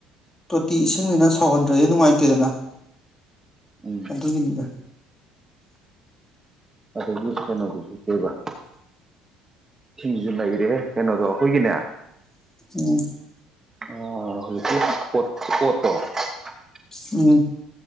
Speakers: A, on the left (about 20°); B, on the right (about 20°).
A: ꯇꯣꯇꯤ ꯏꯁꯤꯡꯅꯤꯅ ꯁꯥꯎꯍꯟꯗ꯭ꯔꯗꯤ ꯅꯨꯡꯉꯥꯏꯇꯦꯗꯅ
B: ꯎꯝ
A: ꯑꯙꯦ ꯀꯅꯤꯗ
B: ꯑꯗꯒꯤ ꯀꯩꯅꯣꯗꯨꯁꯨ ꯀꯦꯕ ꯏꯁꯤꯡꯁꯤꯁꯨ ꯂꯩꯔꯦ ꯀꯩꯅꯣꯗꯣ ꯑꯩꯈꯣꯏꯒꯤꯅꯦ
A: ꯎꯝ
B: ꯑ ꯍꯧꯁꯨ ꯑꯣ ꯑꯣꯠꯇꯣ
A: ꯎꯝ